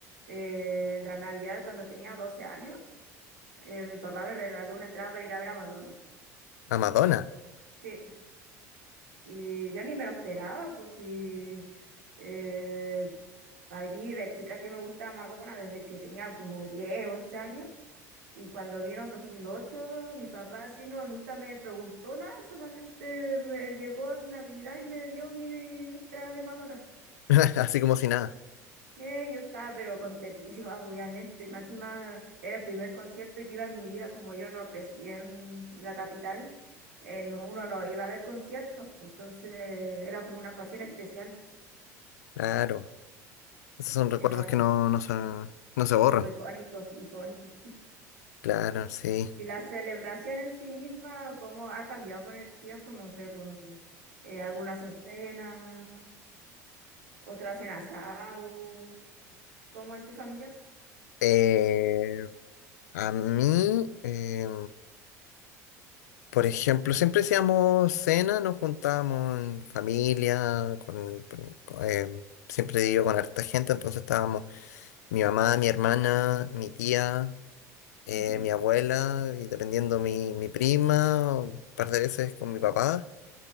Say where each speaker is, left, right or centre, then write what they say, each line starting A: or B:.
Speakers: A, on the right (about 85°); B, on the left (about 80°).
A: Eh, la Navidad cuando tenía 12 años, eh, mi papá me regaló una entrada para ir a ver a Madonna.
B: A Madonna,
A: Sí, y yo ni me lo esperaba, pues sí. Eh, a mí de chica que me gustaba Madonna desde que tenía como 10 11 años. Y cuando vino en 2008 mi papá así no, nunca me preguntó nada, solamente me llegó a Navidad y me dio mi entrada de Madonna.
B: <laughs> así como si nada.
A: Eh, yo estaba pero contentísima, obviamente, y más encima era el primer concierto que iba en mi vida, como yo no crecí en la capital, eh, no- uno no iba a ver conciertos, pues, entonces era como una ocasión especial,
B: Claro, esos son recuerdos
A: que no-
B: que no, no se, no se borran.
A: sí, pues icónico, icónico.
B: Claro, sí.
A: Y la celebración en sí misma, cómo ha cambiado con el tiempo, no sé, por eh, algunas en cena, otras en asado, como en tu familia.
B: Eh, a mí, em, por ejemplo, siempre hacíamos cena, nos juntábamos en familia, con, con- con- em, siempre vivo con harta gente, entonces estábamos Mi mamá, mi hermana, mi tía, eh,
A: Ujú,
B: mi abuela, y dependiendo mi, mi prima, o un par de veces con mi papá,